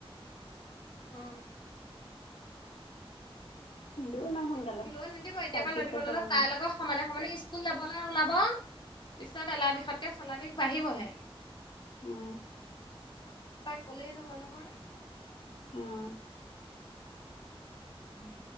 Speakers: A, on the left; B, on the left.
A: ওঁ
B: নিদিওঁ ইমান সোনকালে
A: লৈ নিদিব এতিয়াৰ
B: ফাইভ
A: পৰা
B: ছিক্সত
A: লৈ দিব
B: পালে
A: ললে
B: দিম
A: তাইৰ লগত সমানে সমানে স্কুল যাবলৈ ওলাব পিছত এলাহ বিষতকে চলা বিষ বাঢ়িবহে <unintelligible>
B: উম
A: তাক কলেই নহয়-নহয় <unintelligible>
B: অঁ
A: উম